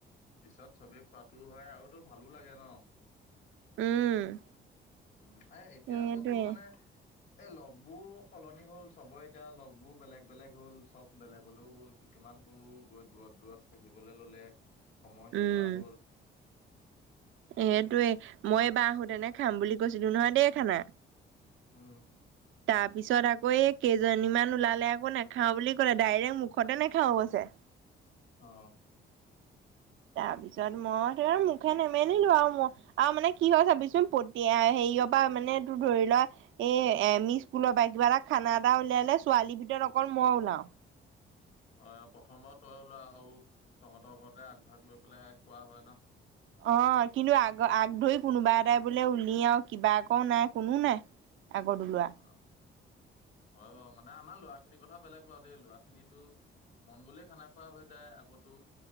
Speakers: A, on the left; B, on the right.
A: পিছত সবেই খোৱাটোও হয় আৰুতো ভালো লাগে ন
B: উম
A: উম এ এতিয়া
B: সেইটোৱে
A: আকৌ তোৰ মানে এ লগবোৰ সলনি হ'ল সবৰে এতিয়া লগবোৰ বেলেগ বেলেগ হ'ল সব বেলেগলেও গ'ল কিছুমানটো গৈ দূৰত দূৰত পঢ়িবলৈ ললে সময় নোপোৱা
B: উম
A: হ'ল
B: এইটোয়ে মই এইবাৰ আহো তেনে খাম বুলি কৈছিলো নহয় দেই খানা
A: উম
B: তাৰপিছত আকৌ এই কেইজনীমান ওলালে আকৌ নাখাও বুলি ক'লে ডাইৰেক্ট মুখতে নেখাও কৈছে
A: অ
B: তাৰপিছত মইতো আৰু মুখে নেমেলিলো আৰু মই আৰু মানে কি হয় চাবিচোন পতিয়াই হেৰি পৰা মানে তোৰ ধৰি লোৱা এ এম ই স্কুলৰ পৰা কিবা এটা খানা এটা উলিয়ালে ছোৱালীৰ ভিতৰত অকল মই ওলাও
A: অ প্ৰথম বাও তই ওলোৱ আৰু তহঁতৰ ঘৰতে আগভাগ লৈ পেলাই খোৱা হয় না
B: অ কিন্তু আগ আগ ধৰি কোনোবা এটাই বোলে উলিয়াও কিবা আকৌ নাই কোনো নাই আগত ওলোৱা
A: ন অ হয় বাও মানে আমাৰ ল'ৰা খিনিৰ কথা বেলেগ বাৰু দেই ল'ৰা খিনিতো মন গ'লেই খানা খোৱা হৈ যায় আকতো